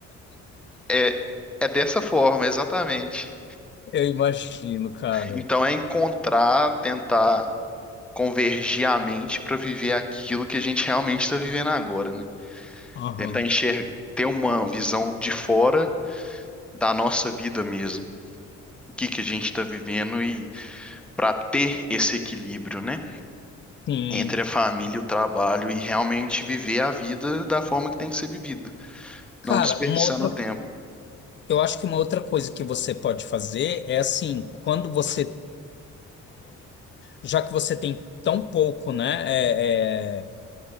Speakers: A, in the centre; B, on the left (about 40°).
A: É, é dessa forma, exatamente.
B: eu imagino, cara.
A: Então é encontrar, tentar convergir a mente para viver aquilo que a gente realmente está vivendo agora, né?
B: Aham.
A: Tentar enxergar, ter uma visão de fora da nossa vida mesmo. O que que a gente está vivendo e para ter esse equilíbrio, né,
B: Sim.
A: entre a família e o trabalho e realmente viver a vida da forma que tem que ser vivida,
B: Cara,
A: não desperdiçando
B: uma outra,
A: tempo,
B: eu acho que uma outra coisa que você pode fazer é assim, quando você já que você tem tão pouco, né, é,